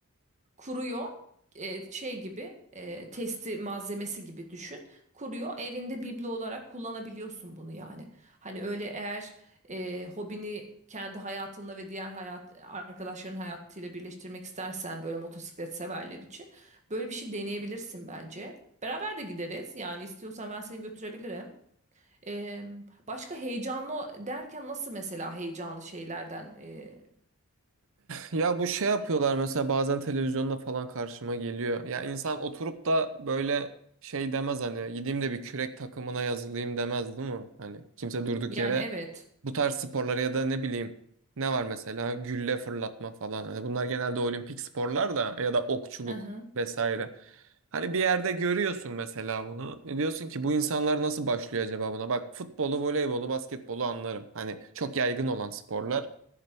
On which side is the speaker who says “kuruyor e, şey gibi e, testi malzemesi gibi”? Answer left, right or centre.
Right